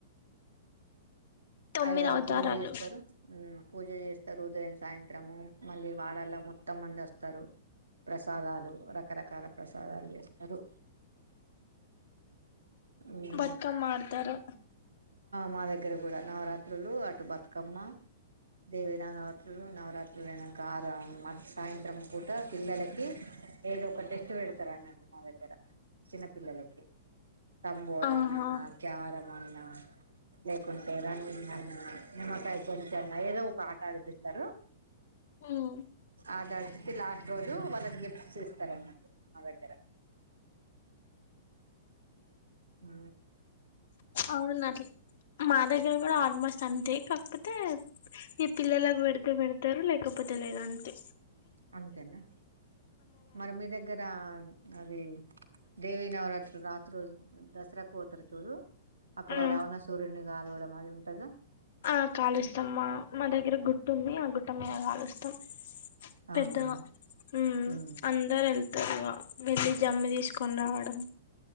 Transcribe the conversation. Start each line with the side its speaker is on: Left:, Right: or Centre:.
Left: తొమ్మిది
Right: అయగారు
Left: అవతారాలు
Right: పూజ చేస్తారు మ్ పూజ చేస్తారు ఉదయం సాయంత్రము మళ్ళీ వాడలా మొత్తం మంది వస్తారు ప్రసాదాలు రకరకాల ప్రసాదాలు చేస్తారు మ్మ్
Left: బతుకమ్ మతారు
Right: మా దగ్గర కూడా నవరాత్రులు అటు బతుకమ్మ దేవి రాంగవత్రులు నవరాత్రులు వెనక ఆరు సాయంత్రం పూట పిల్లలకి ఏదో ఒక టెస్ట్ పెడతార అన్నట్టు మా దగ్గర చిన్న పిల్లలకి తంబోలాన
Left: ఆహా
Right: అన్నా క్యారం అన్నా లేకుంట ే రన్నింగ్ అన్న నిమ్మకాయ కొంచ అన్న ఏదో ఒక ఆట ఆడిపిస్తారు
Left: మ్
Right: అ తర్ లాస్ట్ రోజు వాళ్ళకి గిఫ్ట్ చేస్తారన్నమాట్టు మా దగ్గర అ
Left: అవునట్ల మా దగ్గర కూడా ఆల్మోస్ట్ అంతే కాకపోతే ఈ పిల్లలకు పెడితే పెడతారు లేకపోతే లేదంతే
Right: అంతేనా మరి మీ దగ్గర అవి దేవి నవరాత్రులు రాత్రుల్ దసరకు పోతరు చూడు అక్కడ
Left: మ్మ్
Right: రావణా సూర్యుని కాలువడం అది ఉంటద
Left: ఆ కాలుస్తాం మా దగ్గర గుట్ట ఉంది ఆ గుట్ట మీద కాలుస్తాం పెద్దగా
Right: అవునా
Left: మ్
Right: ఉమ్
Left: అందరు వెళ్తారుగా వెళ్లి జమ్మి తీసుకొని రావడం